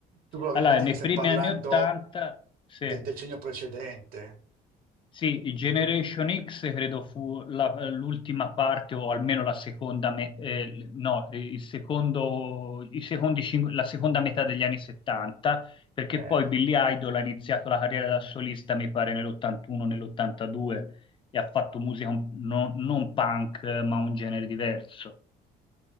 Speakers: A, on the right; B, on the left.
A: Tu probabilmente
B: Allora, nei
A: mi stai
B: primi
A: parlando
B: anni 80, sì.
A: del decennio precedente.
B: Sì, i Generation X credo fu la- l'ultima parte o almeno la seconda, me- eh, no, il secondo, i secondi cin- la seconda metà degli anni 70, perché
A: eh.
B: poi Billy Idol ha iniziato la carriera da solista, mi pare, nell'81, nell'82 e ha fatto musica un- non, non punk, eh, ma un genere diverso.